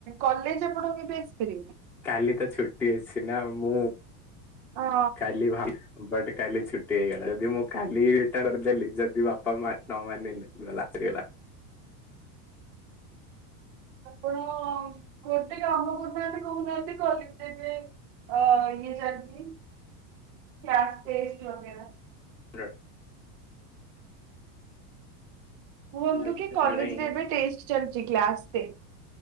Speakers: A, on the right; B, in the centre.
A: କଲେଜ ଆପଣ କେବେ ଆସିପାରିବେ?
B: କାଲି ତ ଛୁଟି ଅଛି ନା, ମୁଁ
A: ହଁ,
B: କାଲି ଭ ବଟ୍ କାଲି ଛୁଟି ହେଇଗଲା ଯଦି ମୁଁ କାଲି <unintelligible> ଦେଲି ଯଦି ବାପା ମା ନ ମାନିଲେ ଗଲା ସରିଗଲା।
A: ଆପଣ ଗୋଟେ କାମ କରୁନାହାନ୍ତି କହୁନାହାନ୍ତି <unintelligible> ଦେବେ। ଅ ଇଏ ଚାଲିଚି କ୍ଲାସ୍ ଟେଷ୍ଟ ଲଗେଇବା।
B: ହ
A: କୁହନ୍ତୁ
B: ଦେଖିଆ
A: କି କଲେଜରେ
B: ସେଇଟା ହିଁ
A: ଏବେ ଟେଷ୍ଟ ଚାଲିଚି କ୍ଲାସ ଟେ